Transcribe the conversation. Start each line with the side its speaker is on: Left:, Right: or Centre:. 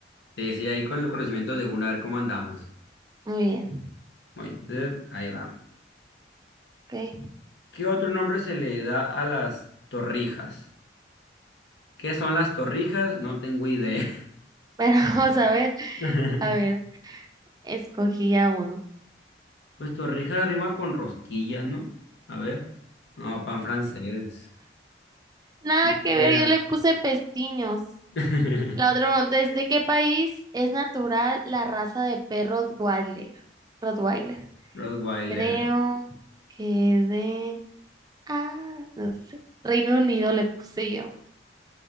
Left: Te decía ahí con el conocimiento de una, a ver cómo andamos.
Right: Muy bien,
Left: Bueno, entonces ahí va.
Right: ok.
Left: ¿Qué otro nombre se le da a las torrijas? ¿Qué son las torrijas? No tengo idea.
Right: Pero <laughs> vamos a ver.
Left: <laughs>
Right: A ver, escogí a uno.
Left: Pues torrijas rima con rosquillas, ¿no? A ver. No, pan francés.
Right: Nada
Left: Ni
Right: que
Left: idea.
Right: ver, yo le puse pestiños.
Left: <laughs>
Right: La otra pregunta es, ¿de qué país es natural la raza de perro Rottweiler? Rottweiler.
Left: Rottweiler.
Right: Creo que de... Ah, no sé. Reino Unido le puse yo.